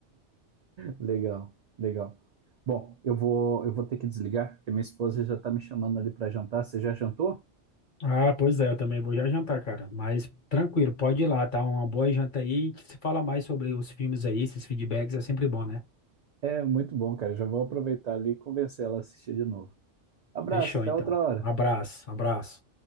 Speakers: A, on the right; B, on the left.
A: Legal, legal. Bom, eu vou, eu vou ter que desligar, porque minha esposa já tá me chamando ali pra jantar. Você já jantou?
B: Ah, pois é, eu também vou já jantar, cara. Mas tranquilo, pode ir lá, tá? Uma boa janta aí. A gente se fala mais sobre os filmes aí, esses feedbacks é sempre bom, né?
A: É muito bom, cara. Já vou aproveitar ali e convencer ela a assistir de novo. Abraço,
B: Fechou,
A: até
B: então.
A: outra hora.
B: Um abraço, abraço.